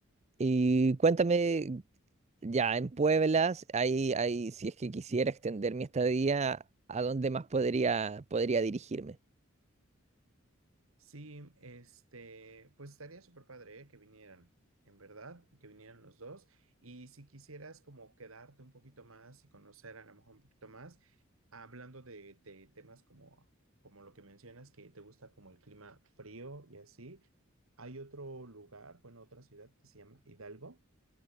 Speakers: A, on the right; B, on the right.
A: Y cuéntame, ya en Pueblas, ahí, ahí, si es que quisiera extender mi estadía, ¿a dónde más podría, podría dirigirme?
B: Sí, este, pues estaría súper padre, ¿eh? que vinieran, en verdad, que vinieran los dos. Y si quisieras como quedarte un poquito más y conocer a lo mejor un poquito más, hablando de, de temas como, como lo que mencionas, que te gusta como el clima frío y así, hay otro lugar, bueno, otra ciudad que se llama Hidalgo.